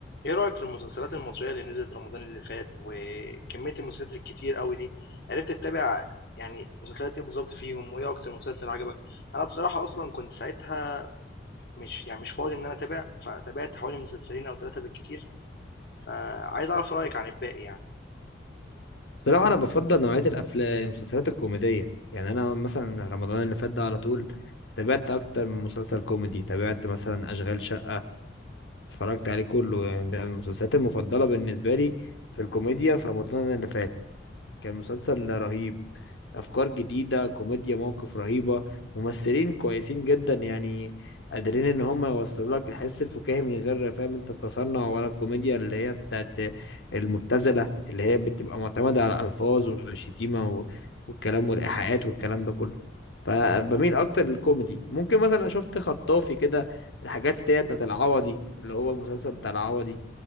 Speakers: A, on the left (about 55°); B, on the left (about 75°).
A: ايه رأيك في المسلسلات المصرية اللي نزلت رمضان اللي فات وكمية المسلسلات الكتير قوي دي عرفت تتابع يعني مسلسلات ايه بالظبط فيهم وايه اكتر مسلسل عجبك انا بصراحة اصلا كنت ساعتها مش يعني مش فاضي ان انا اتابع فتابعت حوالي مسلسلين او ثلاثة بالكتير فعايز اعرف رأيك عن الباقي يعني
B: صراحة أنا بفضل نوعية الأفلام المسلسلات الكوميدية يعني أنا مثلا رمضان اللي فات ده على طول تابعت أكتر من مسلسل كوميدي تابعت مثلا أشغال شقة اتفرجت عليه كله يعني ده من المسلسلات المفضلة بالنسبة لي في الكوميديا في رمضان اللي فات كان مسلسل رهيب افكار جديده كوميديا مواقف رهيبه ممثلين كويسين جدا يعني قادرين ان هم يوصلوا لك الحس الفكاهي من غير فاهم انت التصنع ولا الكوميديا اللي هي بتاعت المبتذله اللي هي بتبقى معتمده على الالفاظ والشتيمه و- والكلام والايحاءات والكلام ده كله فبميل اكتر للكوميدي ممكن مثلا شفت خطافي كده الحاجات اللي هي بتاعت العوضي اللي هو المسلسل بتاع العوضي